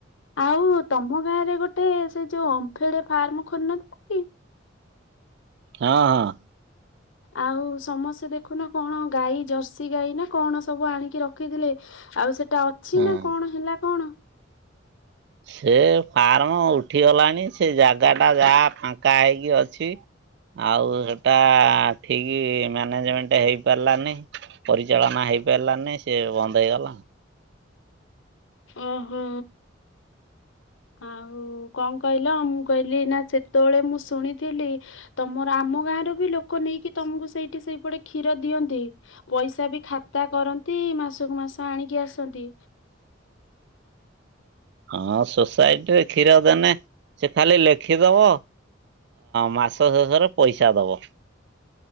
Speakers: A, on the left; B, on the right.
A: ଆଉ ତମ ଗାଁରେ ଗୋଟେ ସେ ଯୋଉ ଓମ୍ଫେଡ ଫାର୍ମ ଖୋଲିନଥିଲା କି?
B: ହଁ ହଁ।
A: ଆଉ ସମସ୍ତେ ଦେଖୁନା କଣ ଗାଈ ଜର୍ସି ଗାଈ ନା କଣ ସବୁ ଆଣିକି ରଖିଥିଲେ। ଆଉ ସେଟା ଅଛି
B: ହଁ।
A: ନା କଣ ହେଲା କଣ?
B: ସେ ଫାର୍ମ ଉଠିଗଲାଣି ସେ ଜାଗା ଟା ଯାହା ଫାଙ୍କା ହେଇକି ଅଛି। ଆଉ ସେଟା ଠିକ ମ୍ୟାନେଜମେଣ୍ଟ ହେଇପାରିଲାନି। ପରିଚାଳନା ହେଇପାରିଲାନି ସେ ବନ୍ଦ ହେଇଗଲା।
A: ଓହୋ। ଆଉ କଣ କହିଲ ମୁଁ କହିଲି ନା ସେତେବେଳେ ମୁଁ ଶୁଣିଥିଲି। ତମର ଆମ ଗାଁରୁ ବି ଲୋକ ନେଇକି ତମକୁ ସେଇଠି ସେଇପଟେ କ୍ଷୀର ଦିଅନ୍ତି। ପଇସା ବି ଖାତା କରନ୍ତି ମାସକୁୁ ମାସ ଆଣିକି ଆସନ୍ତି।
B: ହଁ ସୋସାଇଟିରେ କ୍ଷୀର ଦେନେ ସେ ଖାଲି ଲେଖିଦବ ମାସ ଶେଷରେ ପଇସା ଦବ।